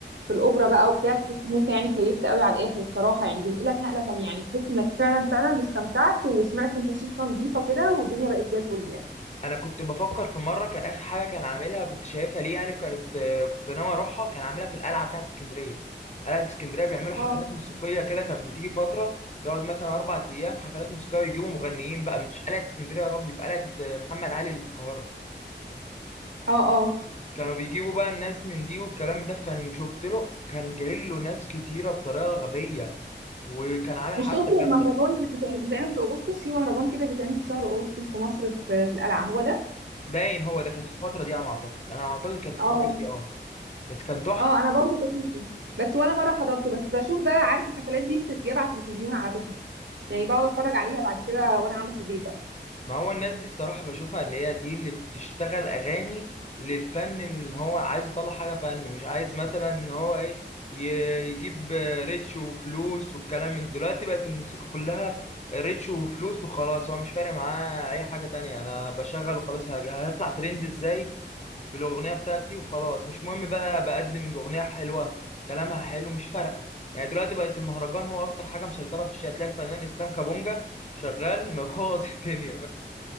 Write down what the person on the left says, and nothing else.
انا كنت بفكر في مره كان اخر حاجه كان عاملها كنت شايفها ليه يعني كانت كنت ناوي اروحها كان عاملها في القلعه بتاعت اسكندريه قلعه اسكندريه بيعملوا حفلات
موسيقيه كده كانت بتيجي فتره يقعد مثلا اربع ايام حفلات موسيقيه ويجيبوا مغنيين بقى مش قلعه اسكندريه يا ربي في قلعه محمد علي اللي في القاهره
كانوا بيجيبوا بقى الناس من دي والكلام ده كان شفت له كان جاي له ناس كتيره بطريقه غبيه وكان عامل
حفله
جامده
باين هو ده كانت في الفتره دي انا اعتقد انا اعتقد كانت في
الفتره دي اه بس كان تحفه
ما هو الناس دي الصراحة بشوفها اللي هي دي اللي بتشتغل أغاني للفن اللي هو عايز يطلع حاجة فن مش عايز مثلا إن هو إيه ي- يجيب ريتش وفلوس والكلام من دلوقتي بقت الموسيقى كلها ريتش وفلوس وخلاص هو مش فارق معاه أي حاجة تانية أنا بشغل وخلاص هج- هطلع ترند إزاي بالأغنية بتاعتي وخلاص مش مهم بقى بقدم أغنية حلوة كلامها حلو مش فارقة يعني دلوقتي بقت المهرجان هو أكتر حاجة مسيطرة في الشارع هتلاقي الفنان إسلام كابونجا شغال مبوظ <laughs> الدنيا